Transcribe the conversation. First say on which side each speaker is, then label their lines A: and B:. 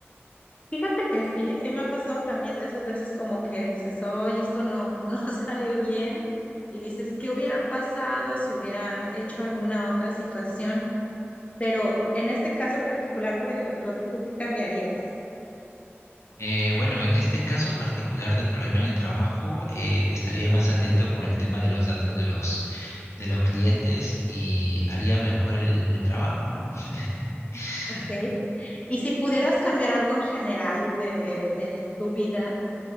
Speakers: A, on the left; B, on the left.
A: Fíjate que sí, sí me ha pasado también de esas veces como que dices, oye, esto no, no <laughs> salió bien. Y dices, ¿qué hubiera pasado si hubiera hecho alguna otra situación? Pero en este caso particular, por ejemplo, ¿tú qué cambiarías?
B: Eh, bueno, en este caso particular del problema en el trabajo, eh, estaría más atento con el tema de los datos de los, de los clientes y haría mejor el, el trabajo, ¿no? <laughs>
A: Ok. Y si pudieras cambiar algo en general de, de tu vida,